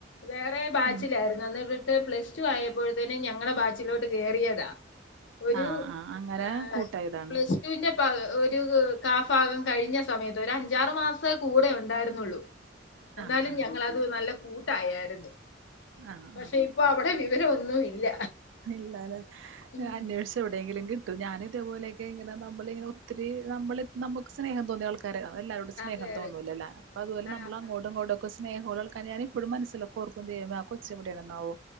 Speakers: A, on the left; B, on the right.
A: വേറെ ബാച്ചിലായിരുന്നു
B: ഉം
A: അന്ന് പ്ലസ് ടു ആയപ്പോൾ തന്നെ ഞങ്ങളെ ബാച്ചിലോട്ട് കേയറിയതാ ഒരു
B: ആഹ് ആഹ് അങ്ങനെ
A: ആ
B: കൂട്ടായതാണ്
A: പ്ലസ് റ്റുവിന്റെ ഒരു കാഫാഗം കഴിഞ്ഞ സമയത്ത് ഒരു അഞ്ചാറ് മാസം കൂടെ ഉണ്ടായിരുന്നുള്ളൂ എന്താലും
B: ആഹ് ആഹ്
A: ഞങ്ങള അത് നല്ല കൂട്ടായായിരുന്നു
B: ആഹ്
A: പക്ഷെ ഇപ്പൊ അവിടെ വിവര ഒന്നും ഇല്ല
B: ഇല്ലല്ലേ
A: ഉം
B: അന്വേഷിച്ച് എവിടെയെങ്കിലും കിട്ടും ഞാനൻ ഇതേപോലെയൊക്കെ ഇങ്ങനെ നമ്മള ഇങ്ങെ ഒത്തിരി നമ്മള് നമുക്ക് സ്നേഹം തോന്നിയ ആൾക്കാര അത് എല്ലാവരും സ്നേഹം
A: അതെ അതെ
B: തോന്നൂല്ലല്ലോ അപ്പ അതുപോലെ
A: ആഹ്
B: നമ്മ അങ്ങോട്ടും ഇങ്ങോട്ടും സ്നേഹ ഉള്ള ആൾക്കാരെ ഞാൻ മനസ്സിൽ എപ്പോഴും ഓർക്കും ദൈവമേ ആ ക്കെച്ച എവിടെണാവോ